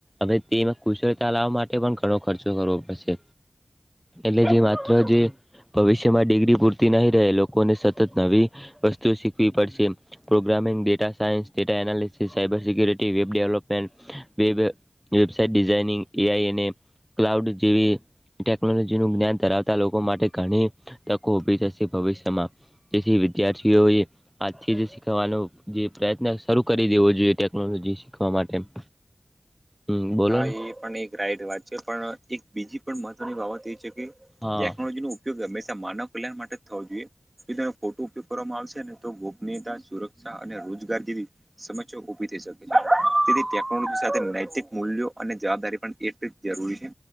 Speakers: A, in the centre; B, on the right.
A: હવે તેમાં કુશળતા લાવવા માટે પણ ઘણો ખર્ચો કરવો પડશે એટલે જે. જે ભવિષ્યમાં ડિગ્રી પૂરતી નહી રહે લોકોને સતત નવી. વસ્તુ શીખવી પડશે. Programming data science data analysis cyber security web development web. Website designing AI અને ક્લાઉડ જેવી ટેકનોલોજીનુંું જ્ઞાન ધરાવતા. લોકો માટે ઘણી તકો ઉભી થશે ભવિષ્યમાં જેથી વિદ્યાર્થીઓએ. આજથી જ શીખવાનો જે પ્રયત્ન શરૂ કરી દેવો જોઈએ ટેકનોલોજી શીખવા માટે. <inaudible> હમ બોલો
B: હા
A: ને
B: એ પણ એક રાઈડ વાત છે પણ એક બીજી પણ મહત્વની બાબત એ છે કે.
A: હા
B: ટેકનોલોજી નો ઉપયોગ હંમેશા માનવ કલ્યાણ માટે જ થવો જોઈએ. તેનો ફોટો ઉપયોગ કરવામાં આવશે ને તો ગોપનીયતા સુરક્ષા અને રોજગાર જેવી. સમસ્યા ઉભી થઈ શકે છે તેની ટેકનોલોજી સાથે નૈતિક. મૂલ્યો અને જવાબદારી પણ એટલી જરૂરી છે.